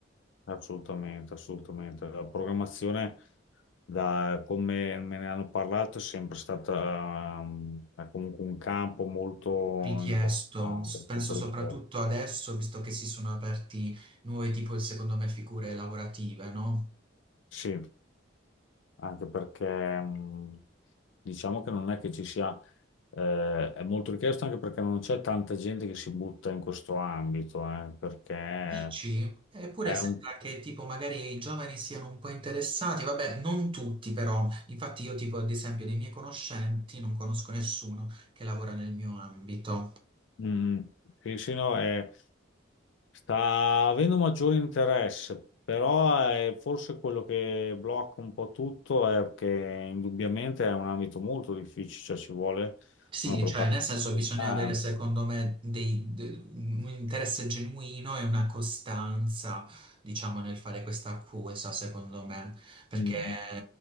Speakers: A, on the left; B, on the right.
A: Assolutamente, assolutamente. La programmazione, da come me ne hanno parlato, è sempre stata ehm, è comunque un campo molto
B: Richiesto,
A: importante,
B: penso
A: molto richiesto.
B: soprattutto adesso, visto che si sono aperti nuove tipo, secondo me, figure lavorative, no?
A: Sì, anche perché mh, diciamo che non è che ci sia, eh, è molto richiesto anche perché non c'è tanta gente che si butta in questo ambito, eh, perché
B: Dici? Eppure
A: è
B: sembra
A: un,
B: che tipo magari i giovani siano un po' interessati, vabbè, non tutti però, infatti io tipo ad esempio dei miei conoscenti non conosco nessuno che lavora nel mio ambito.
A: mm, sì, sì, no, è. Sta avendo maggiore interesse, però è forse quello che blocca un po' tutto è che indubbiamente è un ambito molto difficile, cioè ci vuole
B: Sì,
A: una preparazione
B: cioè nel senso
A: importante.
B: bisogna avere secondo me dei- de- un un interesse genuino e una costanza, diciamo, nel fare questa accusa, secondo me, perché
A: Mm, mm.
B: eh,